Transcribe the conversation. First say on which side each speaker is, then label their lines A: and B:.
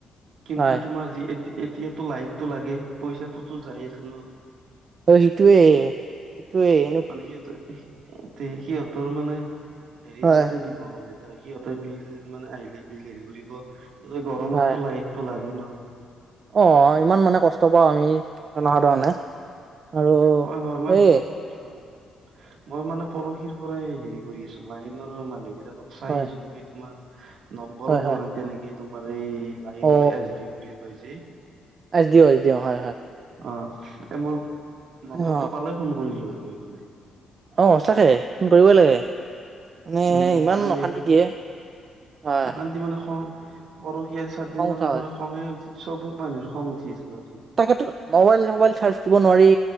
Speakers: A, on the right (about 70°); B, on the right (about 50°).
A: কিন্তু
B: হয়
A: তোমাৰ যি এ, এতিয়াতো লাইটটো লাগে। পইচাটোতো যায় আছে ন।
B: অ', সিটোৱে এইটোৱেই
A: মানে সিহঁতৰ সিহঁতৰ মানে হেৰি
B: হয়
A: মতে দি মানে এ সিহঁতে বিল মানে আহিলে। বিল হেৰি কৰিব সিহঁতে গৰমতটো
B: হয়
A: লাইট টো লাগে ন।
B: অ', ইমান মানে কষ্ট পাওঁ। আমি জনসাধাৰণে আৰু
A: হয় হয় মই
B: এই
A: হয়। মই মানে পৰখীৰ পৰাই হেৰি কৰি আছো লাইনৰ মানুহবিলাকক চাই
B: হয়
A: আছো। মই তোমাৰ নম্বৰো
B: হয়
A: পোৱা
B: হয়
A: নাই। তেনেকে তোমাৰ এই লাইনৰ
B: অ
A: এছ ডি ও বুলি কয় যে।
B: S D O, S D O, হয়। হয়।
A: অ', এ, মই নম্বৰটো
B: অ
A: পালেই ফোন কৰিলো হৈ মই মানে
B: অ', সঁচাকে ফোন কৰিবই লাগে, মানে
A: উম
B: ইমান
A: মানে
B: অশান্তি দিয়ে। হয়
A: অশান্তি মানে খং পৰহি আজি চাইৰ
B: খং
A: দিন মানৰ
B: উঠা হয়
A: পৰা খঙে উঠি সব মানুহৰ খং উঠি আছে, মানে তোমাৰ
B: তাকেটো মবাইল মবাইল চাৰ্জ দিব নোৱাৰি।